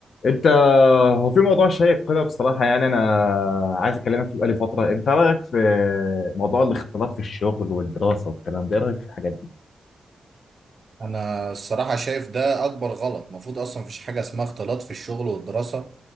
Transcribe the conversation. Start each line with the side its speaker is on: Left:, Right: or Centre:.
Left: انت هو في موضوع شيق كده بصراحه يعني انا عايز اكلمك فيه بقالي فتره انت رايك في موضوع الاختلاط في الشغل والدراسه والكلام ده ايه رايك في الحاجات دي
Right: انا الصراحه شايف ده اكبر غلط المفروض اصلا مفيش حاجه اسمها اختلاط في الشغل والدراسه